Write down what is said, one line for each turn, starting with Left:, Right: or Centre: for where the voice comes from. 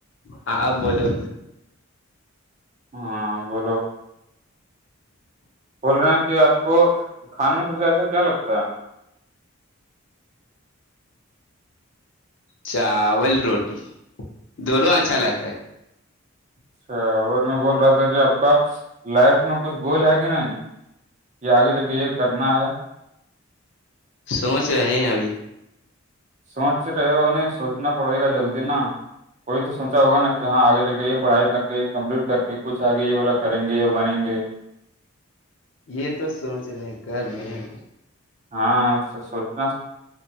Left: ہاں اب بولو
Right: ہاں بولو بول رہے ہیں کہ آپ کو کھانے میں سب سے اچھا کیا لگتا ہے
Left: چاول روٹی دونوں اچھا لگتا ہے
Right: اچھا اور میں بول رہا تھا کہ آپ کا لائف میں کچھ گول ہے کہ نہیں یہ آگے چل کے یہ کرنا ہے
Left: سوچ رہے ہیں ابھی
Right: سوچ رہے ہو نہیں سوچنا پڑے گا جلدی نا کوئی تو سوچا ہوگا نا کہ یہاں آگے چل کے یہ پڑھائی کر کے کمپلیٹ کر کے کچھ آگے یہ والا کریں گے بنیے گے
Left: یہ تو سوچ رہے ہیں کر رہے ہیں
Right: ہاں سوچنا